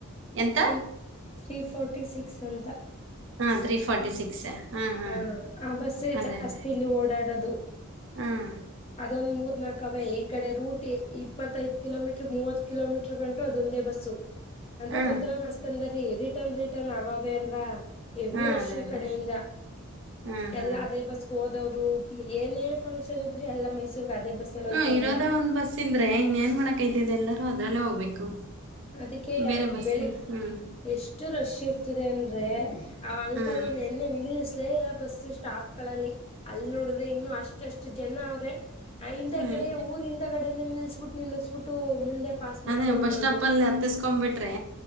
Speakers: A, on the right; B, on the left.
A: ಎಂತ
B: ಇ ತವಿ ಫಾರರ್ಟಿ ಸಿಕ್ಸ್ ಅಂತ
A: ಹಾಂ ತ್ರೀ ಫಾರ್ಟಿ ಸಿಕ್ಸ್ ಹಾಂ ಹಾಂ
B: ಹ ಆ ಬಸ್ಸ
A: ಅದೇ
B: ಜಾಸ್ತಿ
A: ಅದೇ
B: ಇಲ್ಲಿ ಓಡಾಡದು
A: ಹಾಂ
B: ಅದೊಂದ್ ಮೂರು ಮೂರುಣಕವೇ ಈ ಕಡೆ ರೂಟ್ ಇಪ್ಪತ್ತೈದು ಕಿಲೋಮೀಟರ್ ಮೂವತ್ ಕಿಲೋ ಮೀಟರ್ ಗಂಟು ಅದೊಂದೇ ಬಸ್ಸು ಅಂದ್ರೆ
A: ಹಾ.
B: ಬತ್ತವೆ ಮಸ್ತ್ ಅಂದರಿ ರೀ ರಿಟನ್ ರಿಟರ್ನ್ ಅವವೇ ಅಲ್ವಾ
A: ಹಾ
B: ರಶ್
A: ಅದೇ
B: ಈ
A: ಅದೇ.
B: ಕಡೆಯಿಂದ
A: ಹಾ ಹಾ.
B: ಎಲ್ಲಾ ಅದೇ ಬಸ್ಗೆ ಹೋದವ್ರು ಏನೇ ಫಕ್ಷನ್ ಇದ್ರ ಅಲ್ಲ ಮೈಸೂರ್ಗ ಇದೆ ಬಸ್ಸಲ್ಲಿ ಹೊಯ್ತಾರಲ್ಲ
A: ಹ್ಮ ಇರೋದೇ ಒಂದ್ ಬಸ್ ಇದ್ರೆ ಇನ್ನೇನ್ ಮಾಡಕೈತದೆ ಎಲ್ಲರೂ ಅದ್ರಲ್ಲೇ ಹೋಗ್ಬೇಕು.
B: -ಅದಕ್ಕೆ
A: ಬೇರೆ ಬಸ್
B: ಬೆಳಗ್ಗೆ
A: ಹ್ಮ್.
B: ಎಷ್ಟು ರಶ್ ಇರ್ತದೆ ಅಂದ್ರೆ ಆ ಕಲ್ಲು
A: ಹ್ಮ್.
B: ನೆನ್ನೆ ನಿಲ್ಸ ಪ್ಲೇ ಎಲ್ಲ ಬಸ್ಸು ಸ್ಟಾಪ್ ಮಕ್ಕಳಲ್ಲಿ ಅಲ್ಲಿ ನೋಡಿದ್ರೆ ಇನ್ನು ಅಷ್ಟಷ್ಟು ಜನ ಅವ್ರೆ ಆ ಹಿಂದೆ
A: ಹ್ಮ್
B: ಕಡೆ ಊರಿಂದಗಡೆ ನಿಲ್ಸ್ ನಿಲ್ಲಸ್ಬಿಟ್ಟು ನಿಲ್ಲಿಸಸ್ಬಿಟ್ಟು ಮುಂದೆ ಪಾಸ್ ಮಾಡ್ಕೊ
A: ಅದೇ
B: ಹೊರ್ಟೋದ್ರು
A: ಬಸ್ ಸ್ಟಾಪ್ ಅಲ್ಲಿ ಹತ್ತಸ್ಕೊ್ಬಿಟ್ರೆ